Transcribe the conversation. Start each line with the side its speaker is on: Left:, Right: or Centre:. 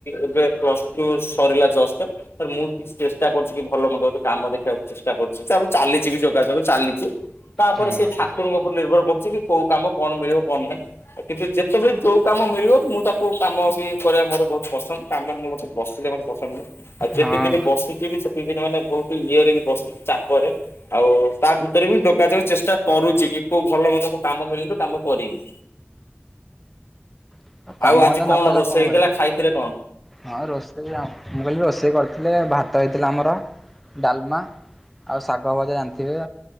Left: ଏବେ ପ୍ଲସ୍ଟୁ ସରିଲା ଜଷ୍ଟ। ତ ମୁଁ କିଛି ଚେଷ୍ଟା କରୁଚି କି ଭଲ ମନ୍ଦ ଗୋଟେ କାମ ଦେଖିବାକୁ ଚେଷ୍ଟା କରୁଚି ତାପରେ ଚାଲିଚି ବି ଯୋଗା ଯୋଗ ଚାଲିଚି। ତାପରେ
Centre: ହଁ
Left: ସେ
Centre: ହଁ
Left: <unintelligible> ଉପରେ ନିର୍ଭର କରୁଚି କି କୋଉ କାମ କଣ ମିଳିବ କଣ ନାହିଁ କିନ୍ତୁ ଯେତବେଳେ ଯୋଉ କାମ ମିଳିବ ମୁଁ ତାକୁ କାମ ବି କରିଆ ମୋର ବହୁତ୍ ପସନ୍ଦ ତାପରେ ମୁଁ ବସିଲେ ମତେ ପସନ୍ଦ ନୁହଁ। ଆଉ ଯେତେ
Centre: ହଁ
Left: ଦିନ ବସିଥିବି ମାନେ ବହୁତ୍ ଇଏରେ ବି ବସିଥିବି ଚାପରେ ଆଉ ତା ଭିତରେ ବି ଯୋଗାଯଗ ଚେଷ୍ଟା କରୁଚି କି କୋଉ ଭଲ ମନ୍ଦ କୋଉ କାମ ମିଳିଲେ କାମ କରିବି।
Centre: ହଁ କାମ
Left: ଆଉ ଆଜି
Centre: ଅଧା
Left: କଣ
Centre: ନ କଲେ
Left: ରୋଷେଇ ହେଇଥିଲା
Centre: କରିବି
Left: ଖାଇଥିଲେ କଣ?
Centre: ହଁ ରୋଷେଇ ମୁଁ କହିଲି ରୋଷେଇ କରିଥିଲେ ଭାତ ହେଇଥିଲା ଆମର। ଡାଲମା ଆଉ ଶାଗ ଭଜା ଜାଣିଥିବେ